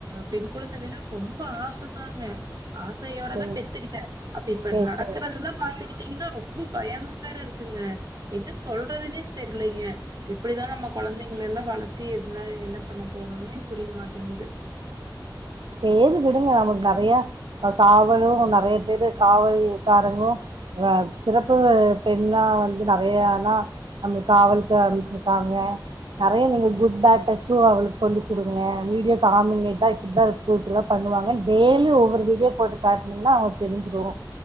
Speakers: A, on the right (about 55°); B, on the right (about 85°).
A: பெண் குழந்த வேணுன் ரொம்ப ஆசதாங்க ஆசையோடதா
B: செரி
A: பெத்துக்கிட்ட அப்ப இப்ப
B: செரி
A: நடக்கறதெல்லா
B: செரி
A: பாத்துக்கிட்டீங்கனா ரொம்பு பயமா வேற இருக்குங்க என்ன சொல்றதுனே தெர்லைங்க எப்புடிதா நம்ம கொழந்தைங்குலெல்லா வளத்தி எதுனா என்ன எனக்கு ஒன்னுமே புரிய மாட்டேங்குது
B: சேரி விடுங்க நமக்கு நெறையா காவலும் நிறைய பேரு காவல்காரங்களும் ஆ சிறப்பு பெண்ணா வந்து நெறையான்னா நம்ள் காவல்க்கு அன்ப்ச் சிருக்காங்க நெறைய நீங்க குட் பேட் டச்சும் அவளுக்கு சொல்லிக் குடுங்க வீடியோ காமிங்க இதா இப்டிதா இரு டூர் இப்டிதா பண்ணுவாங்க டேய்லியு ஒவ்வொரு வீடியோ போட்டு காட்னீங்கன்னா அவள்க்கு தெரிஞ்சுடும்